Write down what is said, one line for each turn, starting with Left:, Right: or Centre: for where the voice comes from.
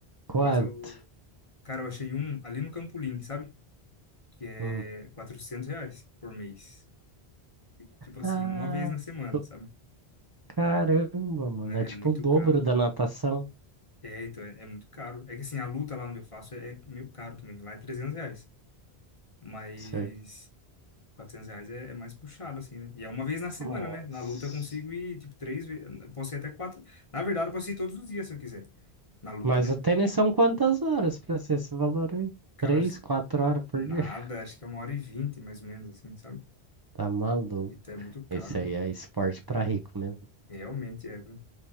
Right: Quanto?
Left: Mas eu, cara, eu achei um ali no Campolim, sabe? Que é
Right: Hum.
Left: 400 reais por mês. Tipo assim,
Right: Ah,
Left: uma vez na semana,
Right: do-
Left: sabe?
Right: caramba, mano.
Left: Né?
Right: É tipo
Left: É muito
Right: o dobro
Left: caro.
Right: da natação.
Left: É, então, é, é muito caro. É que assim, a luta lá onde eu faço é, é meio caro também. Lá é 300 reais. Mas
Right: Sei.
Left: 400 reais é, é mais puxado, assim, né? E é uma vez na semana,
Right: Nossa.
Left: né? Na luta eu consigo ir, tipo, três vezes. Posso ir até quatro. Na verdade, eu posso ir todos os dias se eu quiser. Na luta,
Right: Mas
Left: né?
Right: o tênis são quantas horas pra ser esse valor aí?
Left: Cara,
Right: Três,
Left: acho-
Right: quatro horas por
Left: nada.
Right: dia. <laughs>
Left: Acho que é uma hora e vinte, mais ou menos, assim, sabe?
Right: Tá maluco.
Left: Então é muito caro.
Right: Esse aí é esporte pra rico mesmo.
Left: Realmente é, viu?